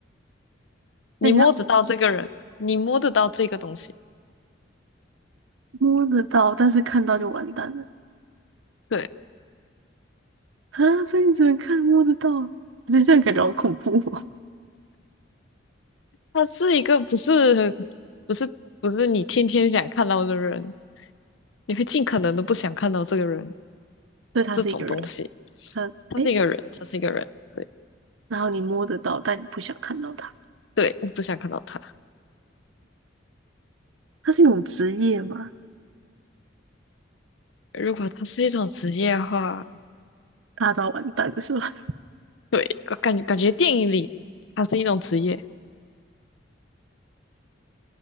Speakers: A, on the left; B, on the right.
A: 你摸得到这个人，
B: <laughs>
A: 你摸得到这个东西，
B: 摸得到，但是看到就完蛋了
A: 对，
B: 啊！所以你只能看摸得到，我觉得这样感觉好恐怖哦。
A: 他是一个不是不是不是你天天想看到的人，你会尽可能的不想看到这个人，
B: <laughs> 所以他是一个人，
A: 这种东西，
B: 他诶，
A: 他是一个人，他是一个人。对。
B: 然后你摸得到，但你不想看到他，
A: 对，我不想看到他。
B: 他是一种职业吗？
A: 如果他是一种职业的话，
B: 大家都要完蛋的是吧？
A: 对，我感觉感觉电影里他是一种职业，